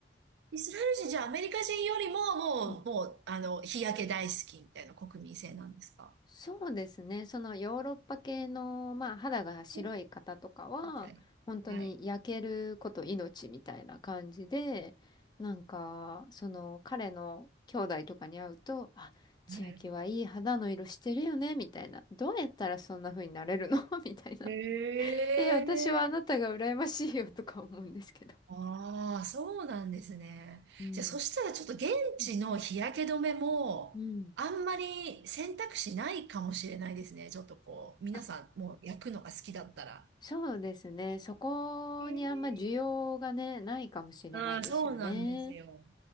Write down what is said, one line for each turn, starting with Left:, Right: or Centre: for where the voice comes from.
Right: イスラエル人じゃあアメリカ人よりももう、
Left: <laughs> うん
Right: もう、あの、日焼け大好きみたいな国民性なんですか
Left: そうですね。そのヨーロッパ系の、まあ、肌が白い方とかは、
Right: うん確かに。
Left: 本当に焼けること命みたいな感じで、
Right: はい。
Left: なんか、その彼の兄弟とかに会うと、あ、千秋はいい肌の色してるよね、
Right: はい。
Left: みたいな。どうやったらそんな風になれるの <laughs> みたいな。
Right: へえ。
Left: <laughs> え、私はあなたが羨ましいよとか思うんですけど。
Right: ああ、そうなんですね。
Left: うん。
Right: じゃあ、そしたらちょっと現地の日焼け止めも、
Left: うんうん
Right: あんまり選択肢ないかもしれないですね。ちょっとこう、皆さんもう焼くのが好きだったら。
Left: あそうですね。そこにあんま需要がね、
Right: へえ
Left: ないかもしれないですよね。
Right: うん、そうなんですよ。